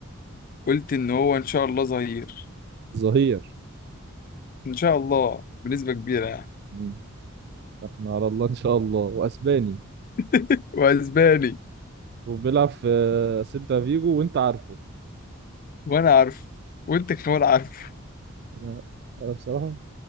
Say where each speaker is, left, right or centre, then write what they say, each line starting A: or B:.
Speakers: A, on the left; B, on the right.
A: قلت إن هو إن شاء الله ظهير
B: ظهير
A: إن شاء الله بنسبة كبيرة يعني
B: مم. احنا على الله ان شاء الله واسباني
A: <laughs> وأسباني
B: وبيلعب في سيلتا فيجو وانت عارفه
A: وأنا عارف وأنت كمان عارف
B: انا انا بصراحه